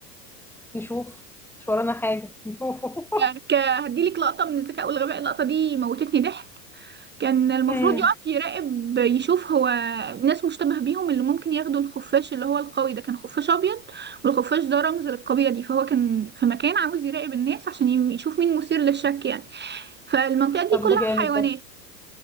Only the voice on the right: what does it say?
يعني ك- هديلك لقطة من الذكاء والغباء اللقطة دي موتتني ضحك كان
المفروض
يقف يراقب يشوف هو ناس مشتبه بيهم اللي ممكن ياخدوا الخفاش اللي هو القوي ده كان خفاش أبيض والخفاش ده رمز للقبيلة دي فهو كان في مكان عاوز يراقب الناس عشان يم- يشوف مين مثير للشك يعني فالمنطقة دي
كلها
حيوانات